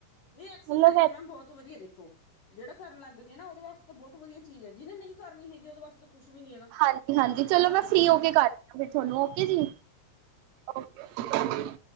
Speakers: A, on the left (about 75°); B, on the right (about 85°).
A: ਨਈ
B: ਮਤਲਬ
A: ਐਕਸਰਸਾਈਜ਼ ਤੇ ਮੈਮ ਬੋਤ ਵਧੀਆ ਦੇਖੋ। ਜਿਹੜਾ ਕਰਨ ਲੱਗ ਜੇ ਨਾ ਉਹਦੇ ਵਾਸਤੇ ਬਹੁਤ ਵਧੀਆ ਚੀਜ਼ ਹੈ, ਜਿਹਨੇ ਨਹੀਂ ਕਰਨੀ ਹੈਗੀ ਉਹਦੇ ਵਾਸਤੇ ਕੁਛ ਵੀ ਨੀ ਹੈਗਾ।
B: ਹਾਂਜੀ-ਹਾਂਜੀ ਚਲੋ ਮੈਂ ਫਰੀ
A: ਠੀਕ
B: ਹੋ ਕੇ
A: ਆ
B: ਕਰਦੀਆਂ ਫਿਰ ਤੁਹਾਨੂੰ, ਓਕੇ ਜੀ। ਓਕੇ।